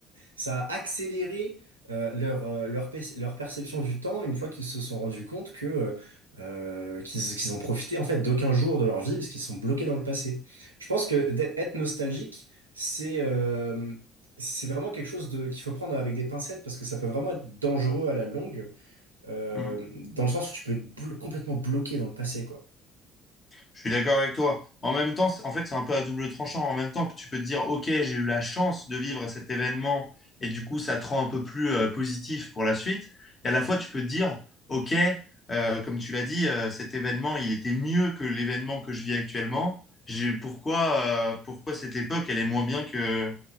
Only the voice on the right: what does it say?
ça a accéléré euh, leur, euh, leur, pe- leur perception du temps une fois qu'ils se sont rendus compte que, euh, euh, qu'ils, qu'ils ont profité en fait d'aucun jour de leur vie parce qu'ils sont bloqués dans le passé. Je pense que d'être être nostalgique, c'est euh, c'est vraiment quelque chose de, qu'il faut prendre avec des pincettes parce que ça peut vraiment être dangereux à la longue, euh,
dans le sens où tu peux être blo- complètement bloqué dans le passé, quoi.